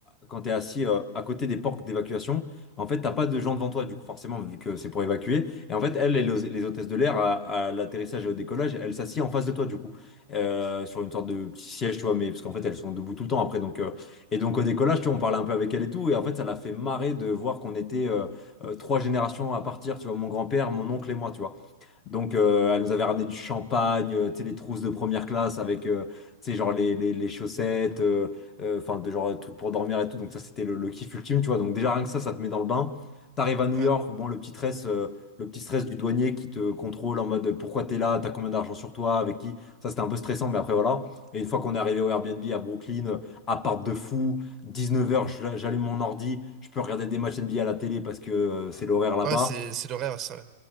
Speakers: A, on the left; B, on the right.
A: quand t'es assis euh, à côté des portes d'évacuation, en fait, t'as pas de gens devant toi, du coup, forcément, vu que c'est pour évacuer. Et en fait, elles, les, les hôtesses de l'air, à, à l'atterrissage et au décollage, elles s'assient en face de toi, du coup euh, sur une sorte de petit siège, tu vois, mais parce qu'en fait elles sont debout tout le temps après. Donc, euh, et donc au décollage, tu vois, on parlait un peu avec elle et tout, et en fait ça l'a fait marrer de voir qu'on était euh, euh, trois générations à partir, tu vois, mon grand-père, mon oncle et moi, tu vois. Donc, euh, elle nous avait ramené du champagne, euh, tu sais, les trousses de première classe avec, euh, tu sais, genre les, les, les chaussettes, euh, euh, enfin, de genre, euh, trucs pour dormir et tout. Donc, ça, c'était le, le kiff ultime, tu vois. Donc, déjà, rien que ça, ça te met dans le bain. T'arrives à New
B: Ouais,
A: York, bon, le petit stress, euh, le petit stress du douanier qui te contrôle en mode pourquoi t'es là, t'as combien d'argent sur toi, avec qui. Ça, c'était un peu stressant, mais après, voilà. Et une fois qu'on est arrivé au Airbnb à Brooklyn, euh, appart de fou, 19h, j'allume mon ordi, je peux regarder des matchs NBA à la télé parce que euh, c'est l'horaire là-bas.
B: ouais, c'est c'est le rêve, ça.